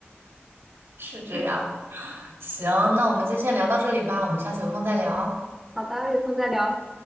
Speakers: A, on the right (about 75°); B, in the centre.
A: 是这样。
B: 嗯
A: 行，那我们就先聊到这里吧，我们下次有空再聊。
B: 好的，有空再聊。